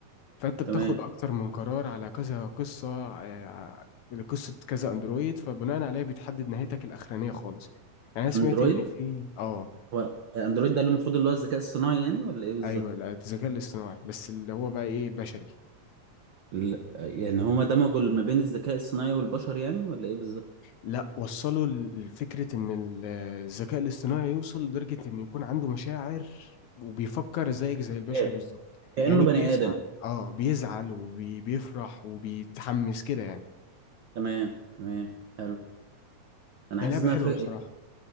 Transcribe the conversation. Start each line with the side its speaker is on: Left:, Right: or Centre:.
Left: فانت بتاخد
Right: تمام
Left: اكتر من قرار على كذا قصه آه، لقصه كذا اندرويد فبناء عليها بتحدد نهايتك الاخرانيه خالص يعني انا سمعت
Right: اندرويد
Left: ان في اه
Right: هو اندرويد ده اللي المفروض اللي هو الذكاء الصناعي يعني ولا ايه بالظبط
Left: ايوه لا، الذكاء الاصطناعي بس اللي هو بقى ايه بشري
Right: ال- يعني هما دمجوا ما بين الذكاء الصناعي والبشر يعني ولا ايه بالظبط
Left: لا وصلوا ل- لفكرة إن ال- الذكاء الاصطناعي يوصل لدرجة إنه يكون عنده مشاعر وبيفكر زيك زي البشر
Right: إيه.
Left: بالظبط
Right: كأنه
Left: يعني
Right: بني
Left: بيزعل
Right: آدم
Left: اه بيزعل وبيفرح وبيتحمس كده يعني
Right: تمام تمام حلو انا
Left: هي
Right: حاسس
Left: لعبة
Right: انها
Left: حلوة
Right: ف...
Left: بصراحة